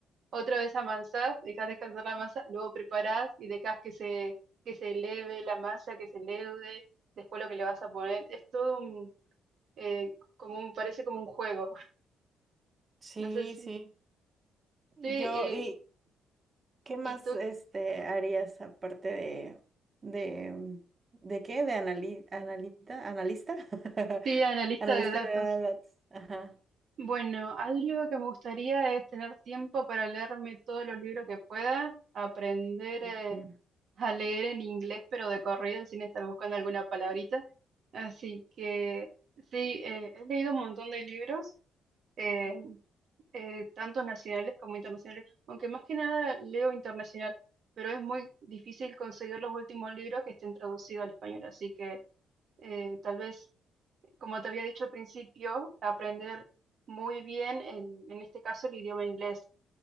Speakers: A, on the right (about 60°); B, on the right (about 35°).
A: otra vez amasás, dejas descansar la masa, luego preparás y dejas que se, que se eleve la masa, que se leude, después lo que le vas a poner, es todo un, eh, como un, parece como un juego, <laughs>
B: Sí,
A: no sé si,
B: sí. Yo,
A: sí,
B: ¿y qué más
A: y, y tú,
B: este harías aparte de de mm, de qué? De anali- analita, analista, <laughs>
A: sí, analista
B: analista
A: de datos.
B: de datos. Ajá.
A: Bueno, algo que me gustaría es tener tiempo para leerme todos los libros que pueda, aprender.
B: Ujú.
A: eh, a leer en inglés, pero de corrido, sin estar buscando alguna palabrita. Así que sí, eh, he leído un montón de libros, eh, eh, tanto nacionales como internacionales, aunque más que nada leo internacional, pero es muy difícil conseguir los últimos libros que estén traducidos al español. Así que eh, tal vez, como te había dicho al principio, aprender muy bien, el- en este caso, el idioma inglés,